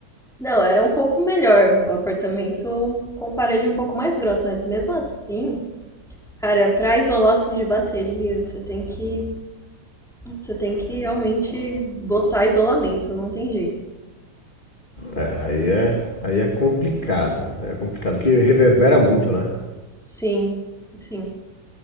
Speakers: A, in the centre; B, on the left.
A: Não, era um pouco melhor o apartamento com parede um pouco mais grossa, mas mesmo assim, Cara, pra isolação de bateria, você tem que, você tem que realmente botar isolamento, não tem jeito.
B: Aí é, aí é complicado, é complicado, que reverbera muito, né?
A: Sim, sim.